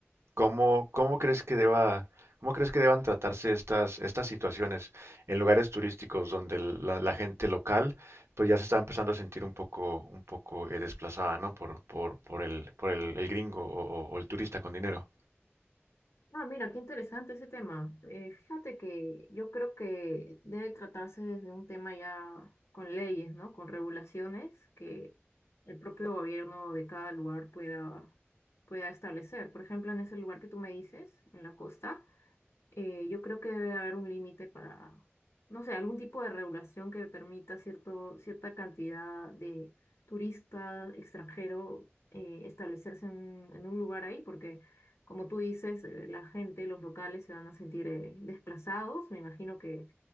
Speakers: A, on the right; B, on the left.
A: cómo, cómo crees que deba, cómo crees que deban tratarse estas, estas situaciones en lugares turísticos donde la, la gente local pues ya se está empezando a sentir un poco, un poco eh, desplazada, ¿no? Por, por, por el, por el, el gringo o, o- o el turista con dinero.
B: Ah, mira, qué interesante ese tema. Eh, fíjate que yo creo que debe tratarse desde un tema ya con leyes, ¿no? Con regulaciones que el propio gobierno de cada lugar pueda, pueda establecer. Por ejemplo, en ese lugar que tú me dices, en la costa. eh, yo creo que debe haber un límite para, no sé, algún tipo de regulación que permita cierto, cierta cantidad de turistas extranjeros establecerse en, en un lugar ahí, porque como tú dices, eh, la gente, los locales se van a sentir eh, desplazados. Me imagino que